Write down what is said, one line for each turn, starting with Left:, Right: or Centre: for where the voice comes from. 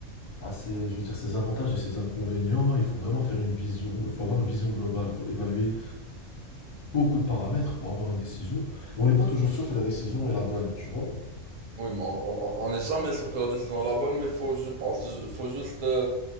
Left: a ses, je vais dire, ses avantages et ses inconvénients. Il faut vraiment faire une vision, il faut avoir une vision globale, il faut évaluer beaucoup de paramètres pour avoir une décision. Et on n'est pas toujours sûr que la décision est la bonne, tu vois?
Right: Oui, mais on on- on n'est jamais sûr que la décision est la bonne, mais faut, je pense, ju- faut juste euh,